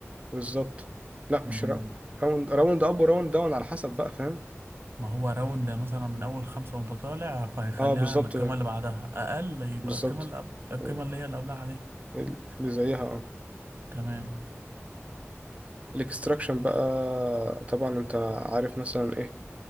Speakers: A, on the right; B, on the right.
A: بالظبط لا
B: مهم.
A: مش را- راوند راوند اب وراوند داون على حسب بقى فاهم
B: ما هو راوند مثلا من اول خمسة وانت طالع فهيخليها
A: اه بالظبط
B: القيمة اللي بعدها اقل يبقى
A: بالظبط
B: القيمة اللي قبل القيمة
A: أو
B: اللي هي اللي قبلها عليك
A: ال- اللي زيها اه
B: تمام
A: الاكستراكشن بقى طبعا انت عارف مثلا ايه